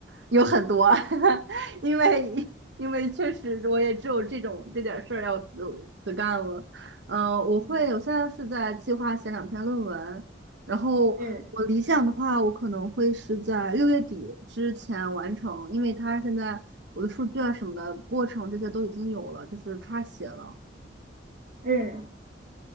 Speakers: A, on the right; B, on the right.
A: 有很多，<laughs> 因为因为确实我也只有这种这点事儿要自自干了。嗯、我会，
B: 嗯
A: 我现在是在计划写两篇论文，然后我理想的话，
B: 嗯，
A: 我可能会是在六月底之前完成，因为它现在我的数据啊什么的过程这些都已经有了，就是差写了。
B: 嗯，